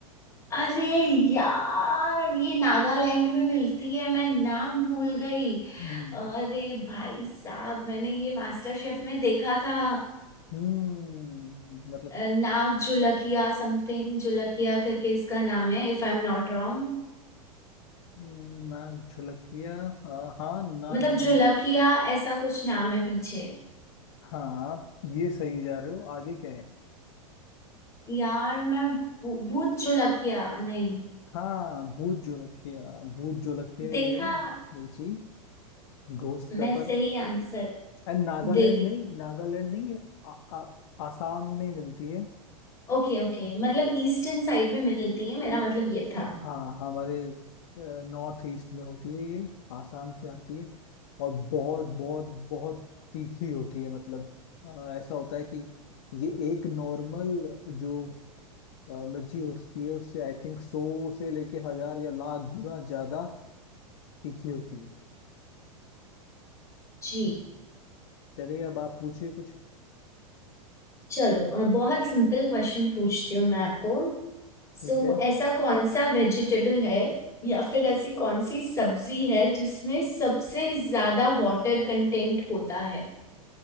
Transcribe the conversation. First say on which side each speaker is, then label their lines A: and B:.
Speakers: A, on the left; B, on the left.
A: अरे यार ये नागालैंड में मिलती है मैं नाम भूल गई
B: हम्म
A: अरे भाई साहब मैंने ये मास्टर शेफ में देखा था
B: हम्म, मतलब
A: अ, नाग जुलकिया समथिंग जुलकिया करके इसका नाम है if I am not wrong
B: हम्म, नाक झुलकिया हाँ हाँ नाक
A: मतलब
B: झुल
A: जुलकिया ऐसा कुछ नाम है पीछे
B: हाँ ये सही जा रहे हो आगे क्या है
A: यार मैं भू- भूत जुलकिया नहीं
B: हाँ भूत जोलकिया भूत जोलकिया ही
A: देखा
B: है मिर्ची घोस्ट
A: मैं
B: पेपर
A: सही आंसर
B: एंड नागालैंड
A: दे दी
B: नहीं नागालैंड नहीं है आ, आ, आसाम में मिलती है
A: ओके ओके मतलब ईस्टर्न साइड में मिलती है मेरा मतलब ये था
B: हाँ हमारे नॉर्थ ईस्ट में होती है ये आसाम से आती है और बहुत बहुत बहुत तीखी होती है मतलब अ, ऐसा होता है कि ये एक नॉर्मल जो अ, मिर्ची होती है उससे आई थिंक सौ से लेके हजार या लाख गुना ज्यादा तीखी होती है
A: जी
B: चलिए अब आप पूछिए कुछ
A: चलो अ, बहुत सिंपल क्वेश्चन पूछती हूँ मैं आपको सो
B: ठीक है
A: ऐसा कौन सा वेजिटेबल है या फिर ऐसी कौन सी सब्जी है जिसमें सबसे ज्यादा वाटर कंटेंट होता है